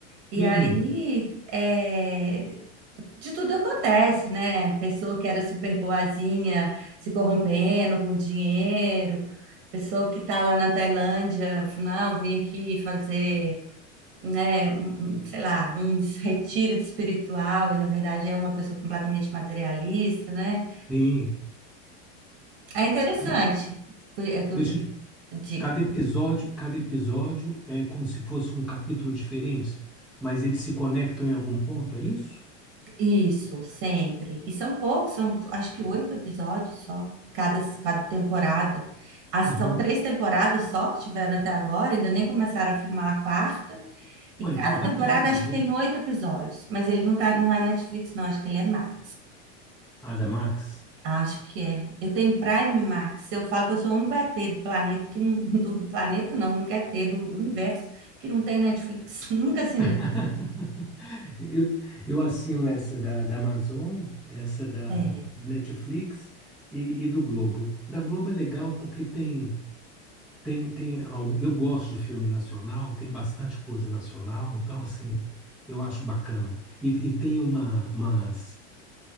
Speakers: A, on the right (about 50°); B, in the centre.
A: E
B: Sim,
A: aí, é, De tudo acontece, né? Pessoa que era super boazinha se corrompendo por dinheiro, pessoa que tá lá na Tailândia, não, vim aqui fazer, né, um- um, sei lá, um retiro espiritual e na verdade é uma pessoa completamente materialista, né?
B: sim.
A: É interessante.
B: Deixa,
A: É do,
B: deixa
A: do-
B: eu te-
A: diga.
B: cada episódio, cada episódio é como se fosse um capítulo diferente, mas eles se conectam em algum ponto, é isso?
A: Isso, sempre. E são poucos, são acho que oito episódios só, cada, cada temporada. As,
B: Aham.
A: são três temporadas só que tiveram até agora, ainda nem começaram a filmar a quarta. E
B: Bom, então
A: cada
B: é rapidinho
A: temporada
B: de
A: acho
B: ver.
A: que tem oito episódios, mas ele não tá, não é Netflix, não, acho que ele é Max.
B: A da Max.
A: Acho que é. Eu tenho Prime Max. Eu falo que eu sou o único ET do planeta que não, <laughs> do, do planeta não, o único ET do universo que não tem Netflix. <laughs> Nunca assinei.
B: <laughs> Eu, eu assino essa da, da Amazon, essa da
A: É,
B: Netflix e, e do Globo. Da Globo é legal porque tem, tem, tem algo. Eu gosto de filme nacional, tem bastante coisa nacional, então, assim, eu acho bacana. E, e tem uma, umas,